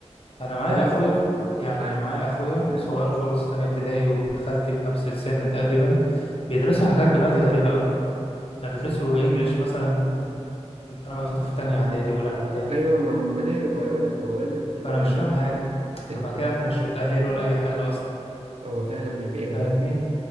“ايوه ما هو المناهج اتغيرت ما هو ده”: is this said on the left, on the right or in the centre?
Right